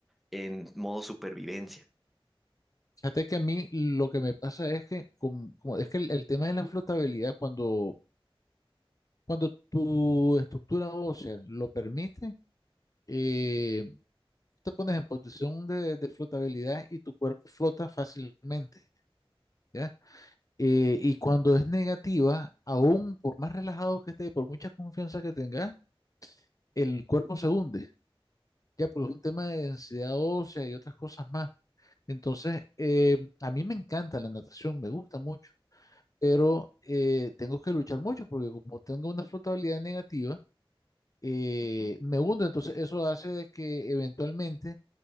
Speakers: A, in the centre; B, on the left (about 35°).
A: en modo supervivencia.
B: fíjate que a mí lo que me pasa es que, como, como- es que el, el tema de la flotabilidad, cuando, cuando tu estructura ósea lo permite, eh, te pones en posición de, de flotabilidad y tu cuerpo flota fácilmente. ¿ya? Eh, y
A: Ujú,
B: cuando es negativa, aún por más relajado que esté y por mucha confianza que tengas, el cuerpo se hunde, ya porque es un tema de densidad ósea y otras cosas más. Entonces, eh, a mí me encanta la natación, me gusta mucho, pero eh, tengo que luchar mucho porque como tengo una flotabilidad negativa, eh,
A: ujú,
B: me hundo. Entonces, eso hace de que eventualmente,